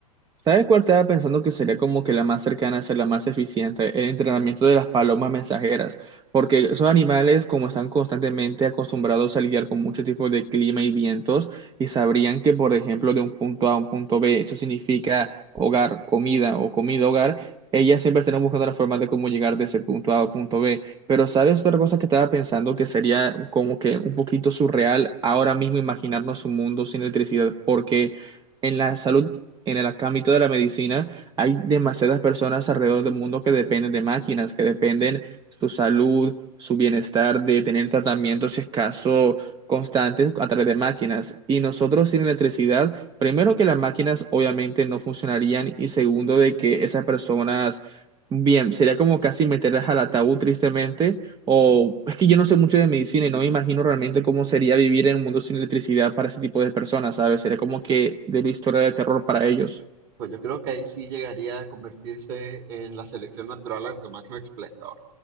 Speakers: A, on the right; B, on the right.
A: ¿Sabes cuál estaba pensando que sería como que la más cercana a ser la más eficiente? El entrenamiento de las palomas mensajeras, porque esos animales como están constantemente acostumbrados a lidiar con muchos tipos de clima y vientos y sabrían que por ejemplo de un punto A a un punto B, eso significa hogar, comida o comida hogar. Ellas siempre estarán buscando la forma de cómo llegar de ese punto A a punto B. Pero ¿sabes otra cosa que estaba pensando que sería como que un poquito surreal ahora mismo imaginarnos un mundo sin electricidad? Porque en la salud en el ámbito de la medicina hay demasiadas personas alrededor del mundo que dependen de máquinas, que dependen su salud, su bienestar, de tener tratamientos, si es caso, constantes a través de máquinas. Y nosotros sin electricidad, primero que las máquinas obviamente no funcionarían y segundo de que esas personas, bien, sería como casi meterlas al ataúd tristemente o es que yo no sé mucho de medicina y no me imagino realmente cómo sería vivir en un mundo sin electricidad para ese tipo de personas, ¿sabes? Sería como que de una historia de terror para ellos.
B: Pues yo creo que ahí sí llegaría a convertirse en la selección natural en su máximo esplendor,